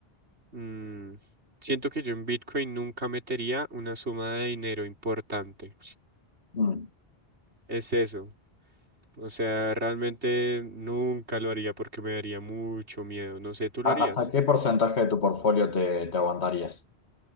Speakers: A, on the right (about 85°); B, on the left (about 80°).
A: Mm, siento que yo en Bitcoin nunca metería una suma de dinero importante.
B: Mm.
A: Es eso. O sea, realmente nunca lo haría porque me daría mucho miedo. No sé, ¿tú lo
B: ¿A-
A: harías?
B: ¿Hasta qué porcentaje de tu portfolio te, te aguantarías?